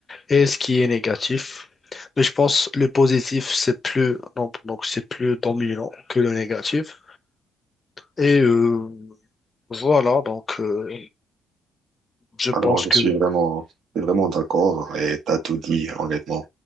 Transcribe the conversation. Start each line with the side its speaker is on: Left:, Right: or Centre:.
Left: et ce qui est négatif. Mais je pense le positif, c'est plus, donc, donc c'est plus dominant que le négatif. Et euh, voilà, donc, euh, je
Right: Alors,
Left: pense
Right: je
Left: que
Right: suis vraiment, je suis vraiment d'accord et t'as tout dit, honnêtement.